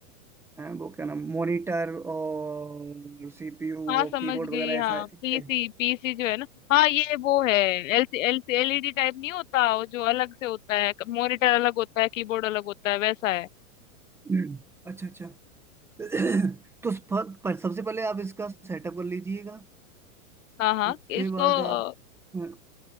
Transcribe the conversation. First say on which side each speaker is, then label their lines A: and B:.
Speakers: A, in the centre; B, on the left.
A: वो क्या नाम मॉनिटर और सीपीयू
B: हाँ
A: और
B: समझ
A: कीबोर्ड
B: गई
A: वगैरह ऐसा
B: हाँ पीसी
A: है
B: पीसी जो है ना हाँ ये वो है एलसी एलसी एलईडी टाइप नहीं होता वो जो अलग से होता है मॉनिटर अलग होता है कीबोर्ड अलग होता है वैसा है
A: हम्म। अच्छा अच्छा <clears throat> तो स- प- पर सबसे पहले आप इसका सेटअप कर लीजिएगा
B: हाँ हाँ
A: उसके
B: इसको
A: बाद
B: अ,
A: आप हम्म